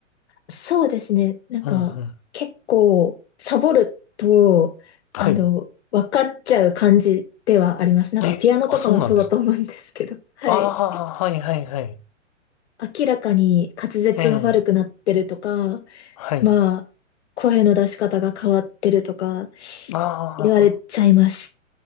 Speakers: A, on the left; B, on the left.
A: そうですね。なんか、
B: うんうん。
A: 結構、サボると、
B: はい。
A: あの、分かっちゃう感じではあります。なんか、
B: え、
A: ピアノとかもそうだと思うんですけど。
B: あ、そうなんですか。
A: <laughs> はい。
B: ああ、はいはいはい。
A: 明らかに滑舌が悪くなってるとか、
B: ええ、はい。
A: まあ、声の出し方が変わってるとか、
B: あ
A: 言われちゃいます。
B: あ、